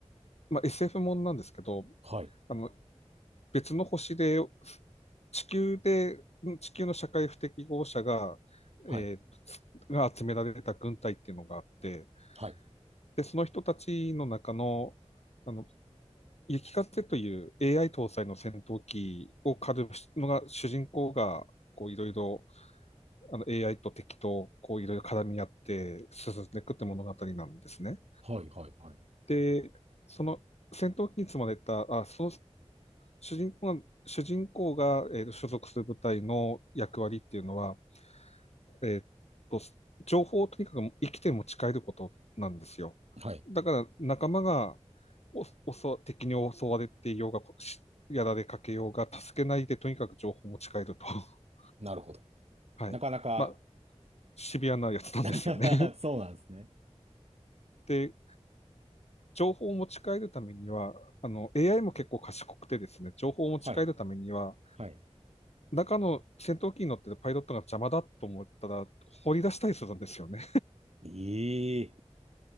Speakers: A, on the left (about 65°); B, on the right (about 65°).
A: まあ、SF もんなんですけど、
B: はい。
A: あの、別の星で、地球で、地球の社会不適合者が、
B: はい。
A: えーつが集められた軍隊っていうのがあって、
B: はい。
A: で、その人たちの中の、あの、雪風という AI 搭載の戦闘機を狩るのが主人公が、こういろいろあの AI と敵とこういろいろ絡み合って進んでいくって物語なんですね。
B: はい。はい。はい。
A: で、その戦闘機に積まれた、あ、その主人公が、主人公が、えーと所属する部隊の役割っていうのは、えーと、情報をとにかく生きて持ち帰ることなんですよ。
B: はい
A: だから仲間がおおそ敵に襲われていようが、しやられかけようが、助けないでとにかく情報を持ち帰ると。<laughs>
B: なるほど。
A: はい。
B: なかなか
A: まあ、シビアなやつなんですよね。
B: <laughs> そうなんですね。
A: <laughs> で、情報を持ち帰るためには、あの、AI も結構賢くてですね、情報を持ち帰るためには、
B: はい。はい。
A: 中の戦闘機に乗ってるパイロットが邪魔だと思ったら、放り出したりするんですよね。
B: ええ